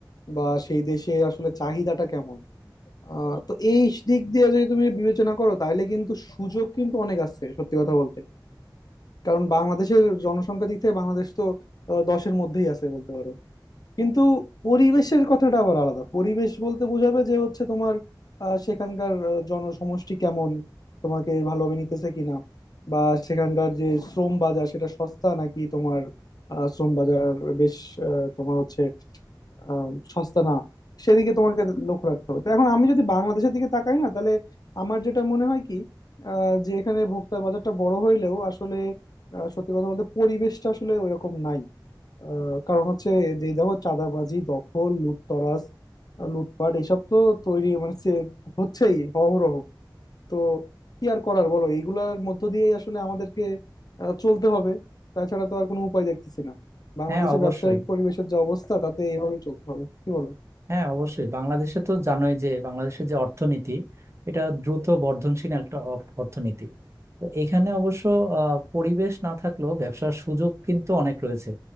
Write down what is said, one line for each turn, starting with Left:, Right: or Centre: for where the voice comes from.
Left: বা সেই দেশে আসলে চাহিদাটা কেমন আহ, তো এই দিক দিয়ে যদি তুমি বিবেচনা করো তাহলে কিন্তু সুযোগ কিন্তু অনেক আছে সত্যি কথা বলতে কারণ বাংলাদেশের জনসংখ্যা দিক থেকে বাংলাদেশ তো আহ, দশের মধ্যেই আছে বলতে পারো কিন্তু পরিবেশের কথাটা আবার আলাদা পরিবেশ বলতে বোঝাবে যে হচ্ছে তোমার আহ, সেখানকার আহ, জনসমষ্টি কেমন তোমাকে ভালোভাবে নিতেছে কিনা বা সেখানকার যে শ্রম বাজার সেটা সস্তা নাকি তোমার আহ, শ্রম বাজার বেশ আহ, তোমার হচ্ছে আহ, সস্তা না সেদিকে তোমাকে লক্ষ্য রাখতে হবে তো এখন আমি যদি বাংলাদেশের দিকে তাকাই না তাহলে আমার যেটা মনে হয় কি আহ, যে এখানে ভোক্তা বাজারটা বড় হইলেও আসলে আহ, সত্যি কথা বলতে পরিবেশটা আসলে ওইরকম নাই আহ, কারণ হচ্ছে যেই দেখো চাঁদাবাজি দখল লুটতরাজ আহ, লুটপাট এসব তো তৈরি মানে সে- হচ্ছেই অহরহ তো কি আর করার বলো এইগুলার মধ্য দিয়েই আসলে আমাদেরকে আহ, চলতে হবে তাছাড়া তো আর কোনো উপায় দেখতেছি না বাংলাদেশের
Right: হ্যাঁ অবশ্যই
Left: ব্যবসায়িক পরিবেশের যে অবস্থা তাতে এভাবেই চলতে হবে কি বলো
Right: হ্যাঁ অবশ্যই বাংলাদেশে তো জানোই যে বাংলাদেশের যে অর্থনীতি এটা দ্রুত বর্ধনশীল একটা অ- অর্থনীতি তো এখানে অবশ্য আহ, পরিবেশ না থাকলেও ব্যবসার সুযোগ কিন্তু অনেক রয়েছে